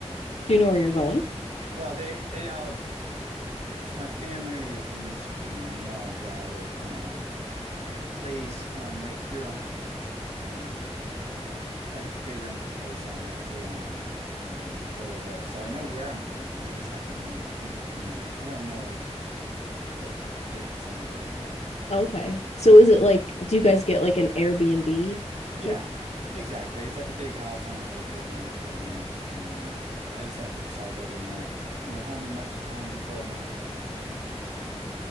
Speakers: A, on the left; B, on the right.
A: Do you know where you're going?
B: Well, they they all it's my family is in Michigan and they all gather on a like a place on Lake Huron. Um like they rent a place on Lake Huron and, and go there. So I know where I'm going. I just haven't made, um, you know, I don't know what dates I'm going yet.
A: Okay. So is it like, do you guys get like an Airbnb?
B: Yeah,
A: Yep.
B: exactly. It's like a big house on a lake. They rent it for the week, and I just have to decide whether or not, you know, how much time before and after I'm going. But I,